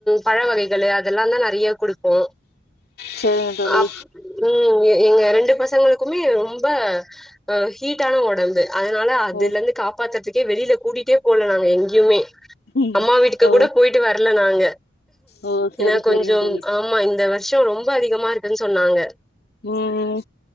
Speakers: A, in the centre; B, on the left.
A: பழ வகைகளு அதெல்லா தா நெறைய குடுப்போ
B: செரிங்க தோழி
A: அப் ம் எ எங்க ரெண்டு பசங்களுக்குமே ரொம்ப அ ஹீட்டான ஒடம்பு அதனால அதுலந்து
B: ஓ
A: காப்பாத்துற்துக்கே வெளில்ல கூட்டிட்டே போல நாங்க எங்கியுமே
B: ம்
A: அம்மா வீட்டுக்கு
B: ஓ
A: கூட போய்ட்டு வரல நாங்க
B: ஓ சேரி
A: ஏன்னா
B: சேரிங்க
A: கொஞ்சோம்
B: தோழி
A: ஆமா இந்த வர்ஷ் ஷோ ரொம்ப அதிகமா இருக்குன் சொன்னாங்க
B: ம்